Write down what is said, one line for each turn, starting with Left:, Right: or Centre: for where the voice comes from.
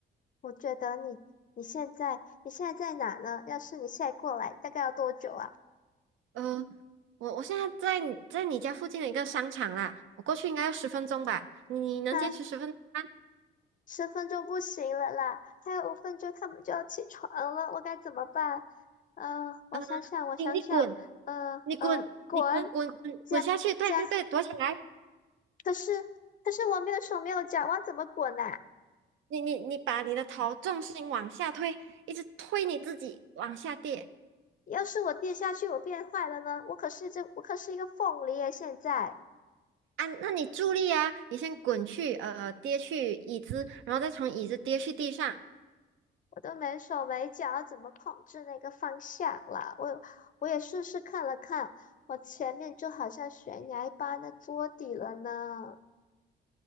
Left: 我觉得你你现在你现在在哪呢？要是你现在过来，大概要多久啊？
Right: 呃，我我现在在你在你家附近的一个商场啦，我过去应该要十分钟吧？你你能坚持十分钟吗？
Left: 啊，十分钟不行了啦，还有五分钟他们就要起床了，我该怎么办？呃，我想想，
Right: 呃
Left: 我想想，
Right: 你你滚，
Left: 呃呃，
Right: 你滚，
Left: 滚，
Right: 你滚滚滚滚下去！
Left: 加加，
Right: 对对对，躲起来！
Left: 可是可是我没有手没有脚，我要怎么滚啊？
Right: 你你你把你的头重心往下推，一直推你自己往下跌
Left: 要是我跌下去，我变坏了呢？我可是这，我可是一个凤梨耶！现在
Right: 啊！那你助力啊，你先滚去呃跌去椅子，然后再从椅子跌去地上啊！
Left: 我都没手没脚，怎么控制那个方向了？我我也试试看了看，我前面就好像悬崖般的桌底了呢。